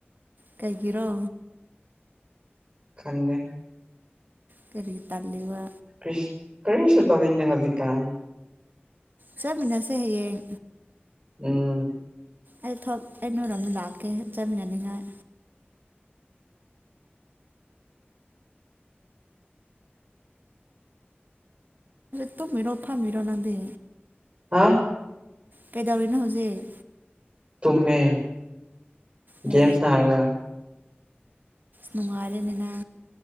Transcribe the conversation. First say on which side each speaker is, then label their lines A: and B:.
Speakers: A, on the right (about 50°); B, on the right (about 25°).
A: ꯀꯩꯒꯤꯔꯣ
B: ꯈꯟꯦ
A: ꯀꯔꯤꯒꯤ ꯇꯥꯂꯤꯕ
B: ꯀ꯭ꯔꯤꯁ ꯀꯔꯤꯁ ꯇꯅꯤꯗ ꯍꯖꯤ ꯀꯥꯟ
A: ꯆꯠꯃꯤꯟꯅꯁꯦ ꯍꯌꯦꯡ
B: ꯎꯝ
A: ꯑꯩ ꯊꯣꯛ ꯑꯩ ꯅꯣꯏꯔꯝꯗ ꯂꯥꯛꯀꯦ ꯆꯠꯃꯤꯟꯅꯅꯤꯡꯉꯥꯏ ꯠꯇꯣ ꯃꯔꯣ ꯊꯥ ꯃꯔꯣꯅꯥꯗꯦ
B: ꯍꯥ
A: ꯀꯩꯗꯧꯔꯤꯅꯣ ꯍꯧꯖꯤꯛ
B: ꯇꯨꯝꯃꯦ
A: ꯑꯣ
B: ꯦꯝꯁ ꯍꯥꯏꯔꯂ
A: ꯅꯨꯡꯉꯥꯔꯦꯅꯦꯅ